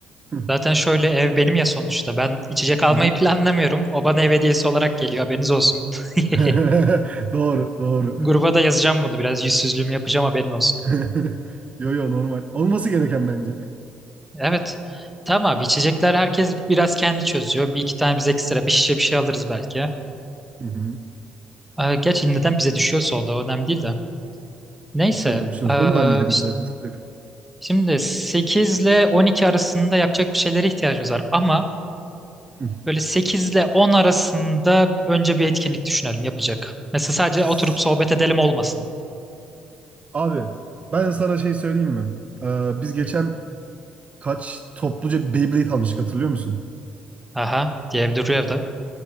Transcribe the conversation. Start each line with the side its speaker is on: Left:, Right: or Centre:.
Right: Hı,
Centre: zaten şöyle ev benim ya sonuçta. Ben içecek almayı
Right: hı hı.
Centre: planlamıyorum. O bana ev hediyesi olarak geliyor haberiniz olsun.
Right: <laughs>
Centre: <laughs>
Right: Doğru, doğru.
Centre: Gruba da yazacağım bunu biraz yüzsüzlüğümü yapacağım haberin olsun.
Right: <laughs> Yo yo normal. Olması gereken bence.
Centre: Evet. Tamam abi içecekler herkes biraz kendi çözüyor. Bir iki tane biz ekstra bir şişe bir şey alırız belki.
Right: Hı hı.
Centre: Ee, gerçi neden bize düşüyorsa o da önemli değil de. Neyse.
Right: Bir şey olmaz, bir şey olmaz.
Centre: ee,
Right: Onu da hallederiz
Centre: ş-
Right: biz zaten. Sıkıntı yok.
Centre: şimdi 8 ile 12 arasında yapacak bir şeylere ihtiyacımız var. Ama
Right: Hı.
Centre: böyle 8 ile 10 arasında önce bir etkinlik düşünelim yapacak. Mesela sadece
Right: S-
Centre: oturup sohbet edelim olmasın.
Right: Abi ben sana şey söyleyeyim mi? Ee, biz geçen
Centre: Hı.
Right: kaç topluca Beyblade almıştık hatırlıyor musun?
Centre: Aha diye bir duruyor evde.